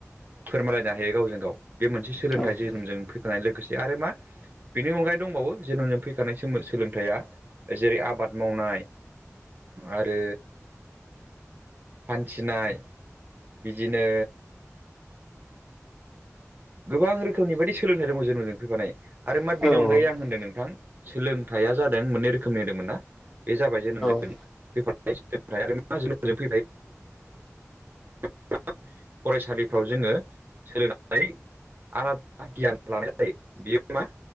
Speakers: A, on the right (about 40°); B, in the centre.
A: फोरमायलायनो हायो गावजों गाव बे मोनसे सोलोंथाइ
B: नोंथां
A: जोनोमजों फैफानाय लोगोसे आरो मा बिनि अनगायै दंबावो जोनोमजों फैखानाय सोमो-सोलोंथाइया जेरै- आबाद मावनाय आरो हान्थिनाय, बिदिनो गोबां रोखोमनि बायदि सोलोंथाइ दङ जोनोमजों फैफानाय आरो
B: औ
A: मा बेनि अनगायै आं होन्दों नोंथां सोलोंथाइया जादों मोननै रोखोमनि होन्दोंमोन ना बे जाबाय जोनोमजों
B: औ
A: फैफानाय <unintelligible> फरायसालिफ्राव जोङो सोलो आलादा गियान लानाय जायो। बियो मा